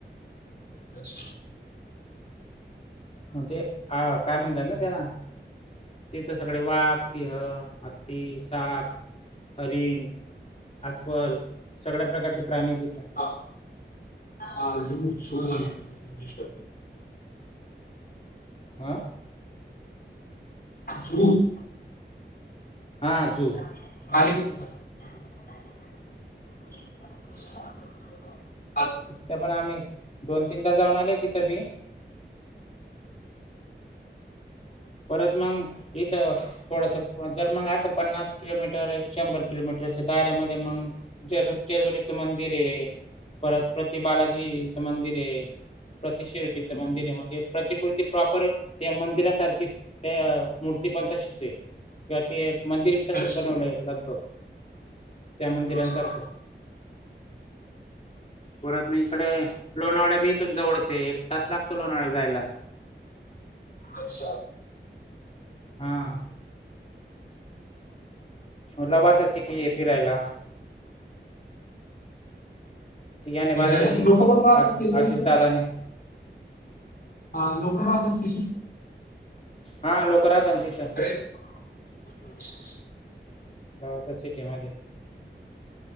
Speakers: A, on the left; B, on the left.
A: <unintelligible>
B: म्हणजे अ काय म्हणतात ना त्याला. तिथं सगळे वाघ, हत्ती, साप, हरीण अस्वल सगळ्या प्रकारचे प्राणी हाय तिथं.
A: शोध <unintelligible>
B: अ?
A: जु <unintelligible>
B: हा झळ.
A: मा <unintelligible>
B: त्या पण आम्ही दोन तीनदा जाऊन आलोय तिथं बी. परत मग इथं थोडस जर मग असं पन्नास किलोमीटर शंभर किलोमीटरच्या दाऱ्यामध्ये मग जेजू जेजुरीचा मंदिर आहे परत प्रति बालाजीचे मंदिर आहे. प्रती शिर्डीचं मंदिर आहे म्हणजे प्रत्येक कृती प्रॉपर त्या मंदिरासारखी त्या मूर्ती पण तशीच आहे किंवा त मंदिर भी तसंच
A: अच्छा
B: बनवलय लगबग त्या मंदिरांसारखं
A: अच्छा
B: परत इकडं लोणावळाबी जवळ हाय एक तास लागतो लोणावळ्याला जायला.
A: अच्छा.
B: हा. लवासा सिटी आहे फिरायला. याने
A: फिरायला
B: बांधलेली
A: लोक पण राहत
B: अजित
A: असतील ना
B: अजित
A: तिथं
B: दादाने.
A: ह लोक राहात असतील की <unintelligible>
B: हा लोक राहतात ना तिथं.
A: अरे <unintelligible>
B: लवासा सिटी मध्ये <unintelligible>